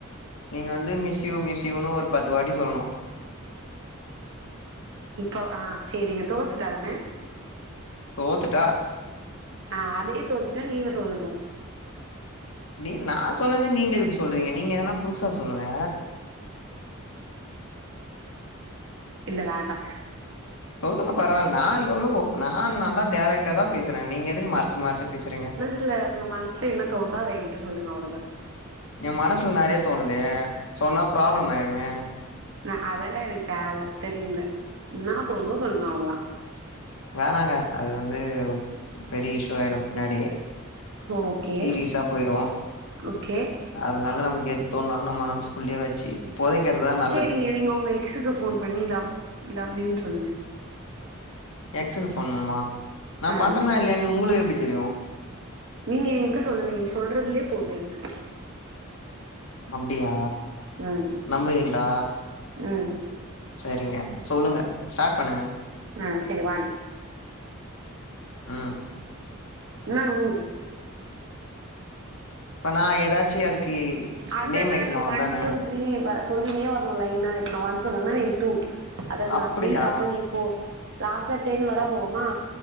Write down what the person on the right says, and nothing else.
இப்ப ஆ செரிங்க தோத்துடாதனே
ஆ அதயே தோத்துட்டா நீங்க சொல்லணு
இல்ல வேண்டா
இத்ல உங்க மனசுல என்ன தோணுதோ அத என்கிட்ட சொல்லுங்க அவ்ளதான்
நான் அதெல்லா எனக்கு தேவையில்ல தெரியல என்னா தோணுதோ சொல்லுங்க அவ்வளோதான்
ஓகே
ஓகே
செரிங்க நீங்கள் உங்க எக்ஸுக்கு ஃபோன் பண்ணி லவ் லவ்யூனு சொல்லுங்க
ம்
நீங்க என்கிட்ட சொல்லுங்க நீ சொல்றதுலயே போதும் எனக்கு
ம்
ம்
ம் செரி ஒன்
என்ன ம்
அதெல்லா
இல்ல
ஒன் டூ த்ரீ சொல்லினே வரணு லைனா இப்ப நா ஒன் சொன்னேனா நீங்க டூ அதாவது
நா த்ரீ அப்பறம் நீ போர் லாஸ்ட்ல டென் வரா போவமா